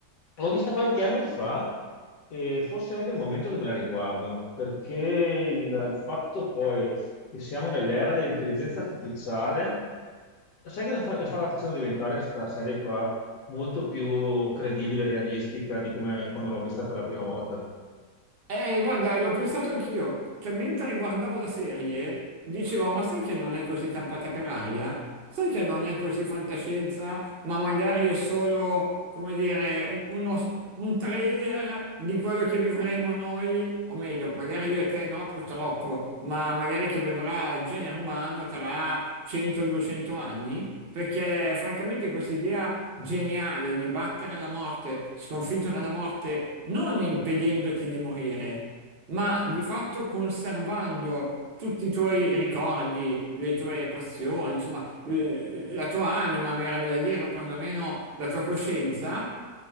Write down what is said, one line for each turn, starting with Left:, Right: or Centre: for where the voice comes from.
Left: l'ho vista qualche anno fa e forse è anche il momento che me la riguardo, perché il, il fatto poi che siamo nell'era dell'intelligenza artificiale, sai che la, fa- la stava facendo diventare questa serie qua molto più credibile e realistica di come quando l'ho vista per la prima volta.
Right: Eh, guarda, l'ho pensato anch'io. Cioè, mentre guardavo la serie, dicevo, ma sai che non è così campata per aria? Sai che non è così fantascienza, ma magari è solo, come dire, un, uno- un trailer di quello che vivremo noi, o meglio, magari io e te no, purtroppo, ma magari che vivrà il genere umano tra 100-200 anni? Perché francamente questa idea geniale di battere la morte, sconfiggere la morte non impedendoti di morire, ma di fatto conservando tutti i tuoi ricordi, le tue passioni, insomma, l- la tua anima, mi verrebbe da dire, o perlomeno la tua coscienza,